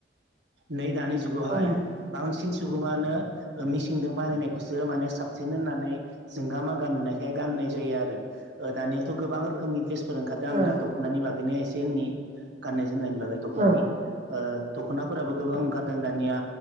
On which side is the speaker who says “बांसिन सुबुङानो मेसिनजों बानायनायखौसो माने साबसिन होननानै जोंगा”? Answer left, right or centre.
Right